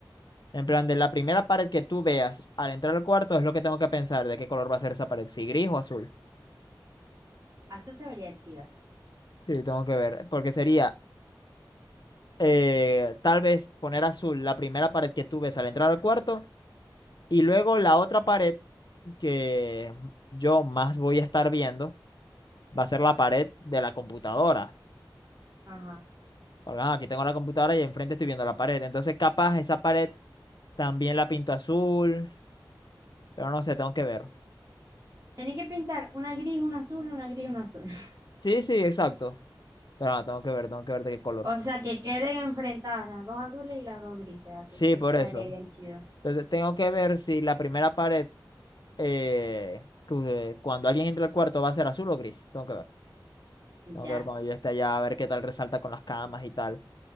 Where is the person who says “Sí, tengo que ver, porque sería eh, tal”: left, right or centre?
Left